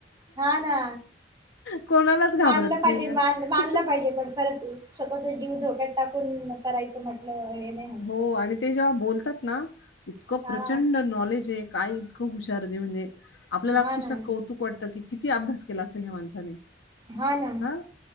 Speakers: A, on the right; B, on the left.
A: हा ना
B: कोणालाच
A: मानलं
B: घाबरत
A: पाहिजे
B: नाही आहे.
A: मान मानलं पाहिजे पण परच स्वतःचा जीव धोक्यात टाकून करायचं म्हटलं हे नाही होत.
B: हो आणि ते जेव्हा बोलतात ना इतकं
A: हा
B: प्रचंड नॉलेज आहे कायं हुश म्हणजे आपल्याला
A: हा
B: अक्षौत
A: ना
B: वा. कि किती अभ्यास केला असेल ह्या माणसाने
A: हा ना
B: हां.